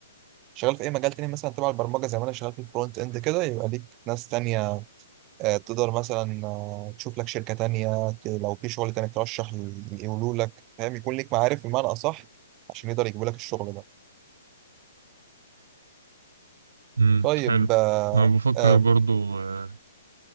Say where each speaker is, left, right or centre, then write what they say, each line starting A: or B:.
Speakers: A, on the right; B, on the right.
A: شغال في اي مجال تاني مثلا تبع البرمجه زي ما انا شغال في الفرونت اند كده يبقى ليك ناس تانية آه، تقدر مثلا آه، تشوف لك شركه تانية ت- لو في شغل تاني ترشح ي- يقولوا لك فاهم يكون ليك معارف بمعنى اصح عشان يقدر يجيبوا لك الشغل ده
B: امم
A: طيب
B: حلو
A: آه،
B: انا بفكر
A: آه،
B: برضه آه،